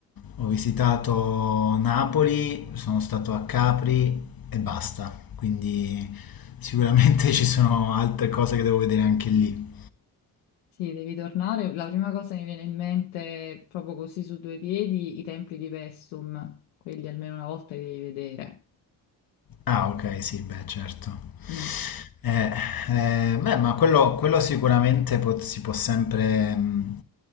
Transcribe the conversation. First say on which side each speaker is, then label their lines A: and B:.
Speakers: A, on the left; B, on the left.
A: ho visitato Napoli, sono stato a Capri e basta, quindi sicuramente <laughs> ci sono altre cose che devo vedere anche lì.
B: Sì, devi tornare. La prima cosa che mi viene in mente, proprio così su due piedi, i templi di Vestum, quelli almeno una volta li devi vedere.
A: Ah, ok, sì, beh, certo.
B: Mm.
A: Eh, eh, beh, ma quello, quello sicuramente pot- si può sempre mh,